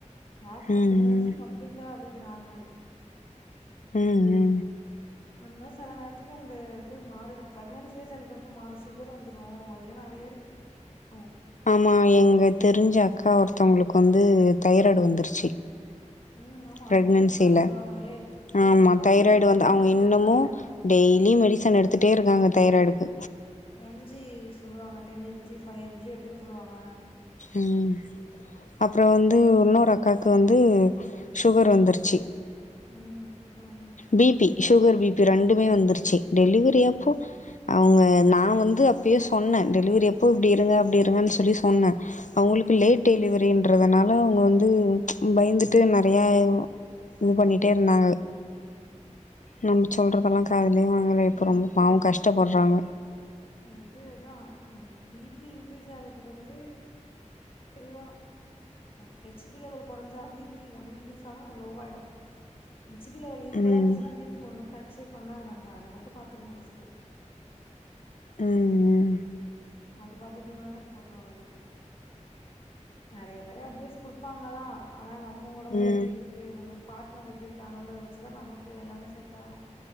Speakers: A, on the left (about 45°); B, on the left (about 75°).
A: ஆஃப்டர்
B: ம் ம்
A: பிராக்னன்சி கம்ப்ளீட்டா அ இப்ப நார்மல் ஆயிட்டு
B: ம் ம்
A: அது மாரி சில நேரத்துக்கு அந்த இது மாறிடும் ப்ரக்னன்சியே சில பேருக்கு மாறும் சுகர் வந்துரு அதுலா நெறைய இருக்கு து
B: ஆமா எங்க தெரிஞ்ச அக்கா ஒருத்தவங்களுக்கு வந்து தைராய்டு வந்துருச்சு
A: ம் ஆமா
B: பிறக்னான்சில
A: அதுவு டெஸ்ட் பண்ண சொல்லுவாங்களே பி
B: ஆமா
A: பிஃபோர்
B: தைராய்டு
A: பிரெக்னன்சி
B: வந்து அவங்க
A: அத
B: இன்னமு
A: செக் பண்ண சொல்லுவாங்க
B: டெய் லி மெடிசன் எடுத்துகட்டே இருக்காங்க தைராய்டுக்கு
A: எம் ஜி சொல்லுவாங்க ten M G five M G எடுத்துக்க சொல்லுவாங்க
B: ம் அப்புறோ வந்து இன்னொரு அக்காவுக்கு வந்து சுகர் வந்துருச்சு
A: ம் சுகர் வந்து
B: பிபி சுகர் பி பி ரெண்டுமே வந்துருச்சு டெலிவரியாப்போ
A: ம்
B: அவங்க நா வந்து அப்பயே சொன்ன டெலிவரி அப்போ இப்டி இருங்க அப்டி இருங்கன் சொல்லி சொன்ன அவுங்களுக்கு
A: ம்
B: லேட் டெலிவரின்றதுனால அவங்க வந்து பயந்துட்டு நறைய இது பண்ணிட்டே இருந்தாங்க நம்ம சொல்லறதுல்லா‌ காதுலயே வாங்கல இப்ப
A: மாட்டாங்க
B: ரொம்ப பாவு கஷ்டப்படுறாங்க
A: அதுதா அ பிபி இன்கிரீஸ் ஆகறதுக்கு வந்து இதுதா ஹெச் பி லெவல் கொறசாலு பி பி ஒண்ணு இன்க்ரீஸ் ஆவு இல்ல லோவாயிடு ஹெச் பி லெவல் ஈக்குவலா
B: ம்
A: இருந்துச்சுன்னா பி பி ஒண்ணு டச்சே பண்ணாது நம்மள அத மட்டு பாத்துக்கணு ஃபஸ்ட்டு
B: ம் ம்
A: அது பாத்துட்டீங்கனாலே போது ஓரளவுக்கு நறைய பேரு அட்வைஸ் குடுப்பாங்க தா‌ ஆனா நம் ம ஒடம்பு
B: ம்
A: எப்டி இருக்குது நம்ம பாட்னர் எப்டி இருக்காங்கன்றத வச்சு தா நமக்கு எல்லாமே செட் ஆகு